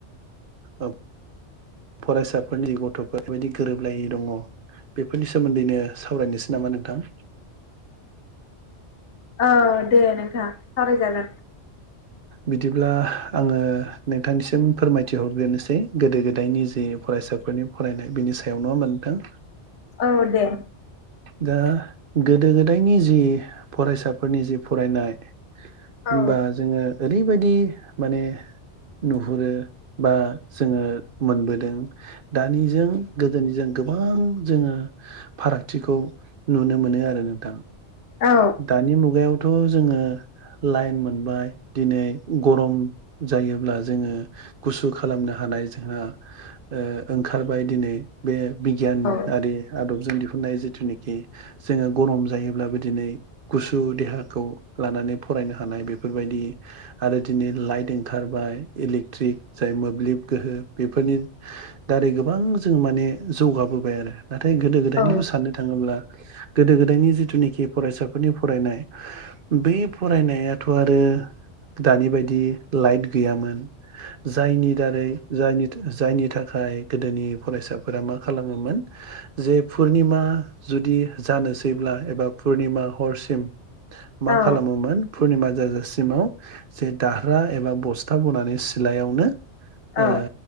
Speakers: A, on the right (about 50°); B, on the left (about 75°).
A: ओ फरायसाफोरनि गथ'फोरनि बबायदि गोरोबलायै दङ। बेफोरनि सोमोन्दैनो सावरायनोसै नामा नोंथां
B: ओ दे नोंथाङा सावरायजागोन
A: बिदिब्ला आङो नोंथांनिसिम फोरमायथिहरग्रोनोसै गोदो गोद <unintelligible> नि जे फरायसाफोरनि फरायनाय बिनि सायावनो नङा होनबा नोथों
B: औ दे
A: दा गोदो गोदायनि जि फरायसाफोरनि जि फरायनाय होमबा
B: औ
A: जोङो ओरैबायदि माने नुहुरो बा जोङो मोनबोदों दानिजों गोदोनिजों गोबां जोङो फारागथिखौ नुनो मोनो आरो नोंथां।
B: औ
A: दानि मुगायावथ' जोङो लाइन मोनबाय। दिनै गरम जायोब्ला जोङो गुसु खालामनो हानाय जोंहा ओ ओंखारबाय दिनै बे बिगियानआरि
B: औ
A: आदब नि दिहुननाय जिथुनेखि जोङो गरम जायोब्ला दिनै गुसु देहाखौ लानानै फरायनो हानाय बेफोरबायदि आरो दिनै लाइट ओंखारबाय इलेक्ट्रिक जाय मोब्लिब गोहो बेफोरनि दारै गोबां जोङो माने जौगाबोबाय आरो। नाथाय गोदो गोदायनिखो
B: औ
A: सान्नो थाङोब्ला गोदो गोदायनि जिथुनिखि फरायसाफोरनि फरायनाय बै फरायनायाथ' आरो दानि बायदि लाइट गैयामोन जायनि दारै जायनि था जायनि थाखाय गोदोनि फरायसाफोरा मा खालामोमोन जे पुर्निमा जुदि जानोसैब्ला एबा पुर्निमा हरसिम मा
B: औ
A: खालामोमोन पुर्निमा जाजासिमाव जे दारहा एबा बस्था बनानै सिलायावनो ओ
B: औ